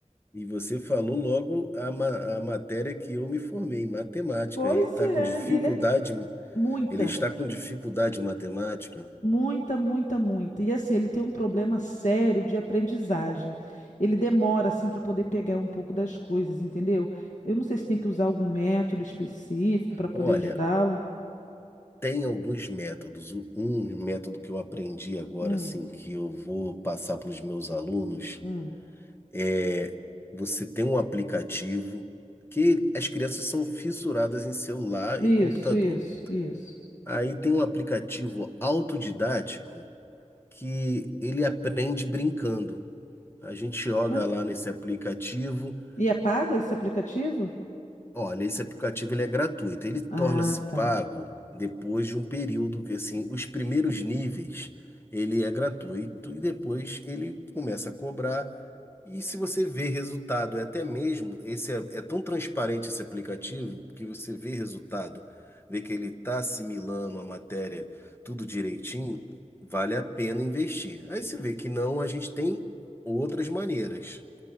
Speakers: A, on the left; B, on the left.
A: e você falou logo a, ma- a matéria que eu me formei, matemática.
B: Pois
A: Ele está
B: é,
A: com dificuldade,
B: e ele é muita.
A: ele está com dificuldade em matemática.
B: Muita, muita, muita. E assim, ele tem um problema sério de aprendizagem. Ele demora assim para poder pegar um pouco das coisas, entendeu? Eu não sei se tem que usar algum método específico para poder
A: Olha,
B: ajudá-lo.
A: Tem alguns métodos. O- Um método que eu aprendi agora,
B: Hum,
A: assim, que eu vou passar para os meus alunos
B: hum.
A: é você tem um aplicativo que as crianças são fissuradas em celular
B: Isso,
A: e computador.
B: isso, isso.
A: Aí tem um aplicativo autodidático que ele aprende brincando. A gente joga
B: Mas-
A: lá nesse aplicativo
B: E é pago esse aplicativo?
A: Olha, esse aplicativo ele é gratuito. Ele torna-se
B: Ah,
A: pago
B: tá.
A: depois de um período que assim, os primeiros níveis ele é gratuito e depois ele começa a cobrar. E se você vê resultado, é até mesmo esse é, é tão transparente esse aplicativo que você vê resultado, vê que ele está assimilando a matéria tudo direitinho, vale a pena investir. Aí se vê que não, a gente tem outras maneiras.